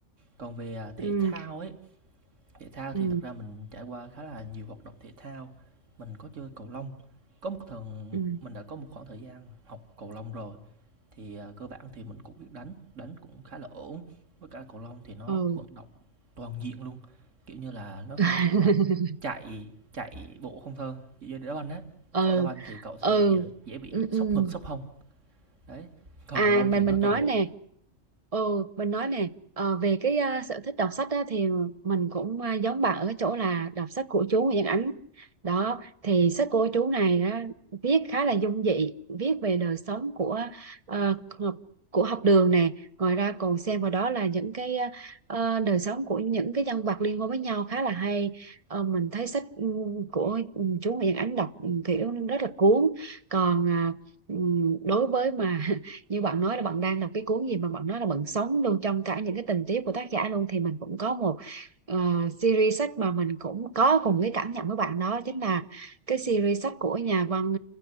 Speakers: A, on the right (about 85°); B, on the right (about 30°).
A: Còn về, à, thể
B: ừ
A: thao ấy, thể thao thì
B: ừ
A: thực ra mình trải qua khá là nhiều hoạt động thể thao. Mình có chơi cầu lông, có một thần
B: ừ
A: mình đã có một khoảng thời gian học cầu lông rồi, thì, à, cơ bản thì mình cũng biết đánh, đánh cũng khá là ổn. Với cả cầu lông thì nó
B: ừ
A: vận động toàn diện luôn, kiểu như là, nó không
B: <laughs>
A: chỉ là chạy chạy bộ không thôi, kiểu như đá banh á,
B: ừ
A: cậu đá banh thì cậu sẽ
B: ừ
A: bị, à, dễ bị
B: ừ,
A: sốc
B: ừ.
A: ngực, sốc hông. Đấy, còn
B: À
A: cầu lông thì
B: mình
A: nói
B: mình nói
A: toàn bộ.
B: nè, ừ mình nói nè ờ, về cái ờ, sở thích đọc sách á, thì mình cũng ờ, giống bạn ở cái chỗ là đọc sách của chú Nguyễn Văn Ánh đó thì sách của chú này á, viết khá là dung dị viết về đời sống của ờ, học- của học đường nè ngoài ra còn xem vào đó là những cái ờ, đời sống của những cái nhân vật liên quan với nhau khá là hay Ờ, mình thấy sách ừ, của ừ, chú Nguyễn Ánh đọc ừ, kiểu rất là cuốn còn à, ừ, đối với mà như bạn nói là bạn đang đọc cái cuốn gì mà bạn nói là bạn sống luôn trong cả những cái tình tiết của tác giả luôn thì mình cũng có một ờ, series sách mà mình cũng có cùng cái cảm nhận với bạn đó chính là cái series sách của nhà văn